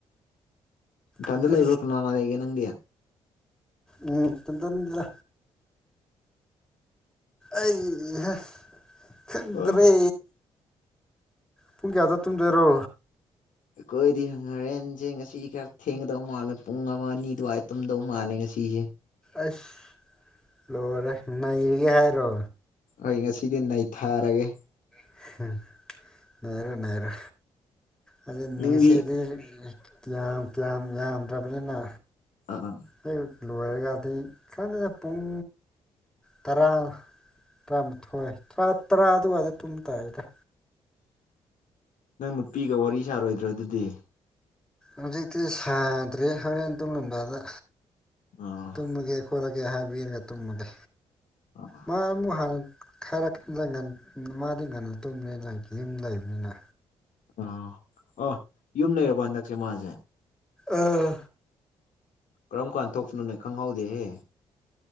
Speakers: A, on the left; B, in the centre.
A: ꯏꯊꯟꯗ
B: ꯑꯁ
A: ꯂꯩꯕ꯭ꯔꯥ ꯀꯅꯥ ꯂꯥꯛꯑꯦꯒꯦ ꯅꯪꯗꯤ
B: ꯎꯝ ꯇꯟꯗꯟꯗ ꯑꯩ ꯍꯦ ꯈꯪꯗ꯭ꯔꯦ
A: ꯑꯩꯈꯣꯏꯗꯤ
B: ꯄꯨꯡ ꯀꯌꯥꯗ ꯇꯨꯝꯗꯣꯏꯔꯣ
A: ꯑꯩꯈꯣꯏꯗꯤ ꯍꯪ ꯍꯔꯦꯟꯖꯦ ꯉꯁꯤ ꯈꯔ ꯊꯦꯡꯒꯗꯧ ꯃꯥꯜꯂꯦ ꯄꯨꯡ ꯑꯃ ꯑꯅꯤ ꯑꯗꯨꯋꯥꯏ ꯇꯨꯝꯗꯧ ꯃꯥꯜꯂꯦ ꯉꯁꯤꯁꯦ
B: ꯑꯁ ꯂꯣꯏꯔꯦ ꯅꯩꯔꯤꯒꯦ ꯍꯥꯏꯔꯣ
A: ꯑꯩ ꯉꯁꯤꯗꯤ ꯅꯩꯊꯥꯔꯒꯦ
B: <unintelligible> ꯅꯩꯔꯣ ꯅꯩꯔꯣ ꯑꯗꯨꯅ
A: ꯅꯪꯗꯤ
B: ꯉꯁꯤꯗꯤ ꯀꯤꯌꯥꯝ ꯀꯌꯥꯝ ꯌꯥꯝꯗ꯭ꯔꯕꯅꯤꯅ
A: ꯑ ꯑ
B: ꯍꯦꯛ ꯂꯣꯏꯔꯒꯗꯤ ꯈꯪꯗꯦꯗ ꯄꯨꯡ ꯇꯔꯥ ꯇꯔꯥꯃꯥꯊꯣꯏ ꯇꯔꯥ ꯇꯔꯥ ꯑꯗꯨꯋꯥꯏꯗ ꯇꯨꯝ ꯇꯥꯔꯗ꯭ꯔꯥ
A: ꯅꯪ ꯅꯨꯄꯤꯒ ꯋꯥꯔꯤ ꯁꯥꯔꯣꯏꯗ꯭ꯔꯣ ꯑꯗꯨꯗꯤ
B: ꯍꯧꯖꯤꯛꯇꯤ ꯁꯥꯗ꯭ꯔꯦ ꯍꯣꯔꯦꯟ ꯇꯨꯝꯃꯝꯗꯥꯏꯗ
A: ꯑꯥ
B: ꯇꯨꯝꯃꯒꯦ ꯈꯣꯠꯂꯒꯦ ꯍꯥꯏꯕꯤꯔꯒ ꯇꯨꯝꯃꯒꯦ
A: ꯑ
B: ꯃꯥ ꯑꯃꯨꯛ ꯍꯥꯟꯅ <unintelligible> ꯃꯥꯗꯤ ꯉꯟꯅ ꯇꯨꯝꯕꯅꯤꯅ ꯑꯩ ꯌ ꯌꯨꯝ ꯂꯩꯕꯅꯤꯅ
A: ꯑꯥ ꯑ ꯌꯨꯝ ꯂꯩꯔꯕꯣ ꯍꯟꯗꯛꯁꯦ ꯃꯥꯁꯦ
B: ꯑꯥ
A: ꯀꯔꯝ ꯀꯥꯟꯗ ꯊꯣꯛꯄꯅꯣꯅꯦ ꯈꯪꯍꯧꯗꯦꯍꯦ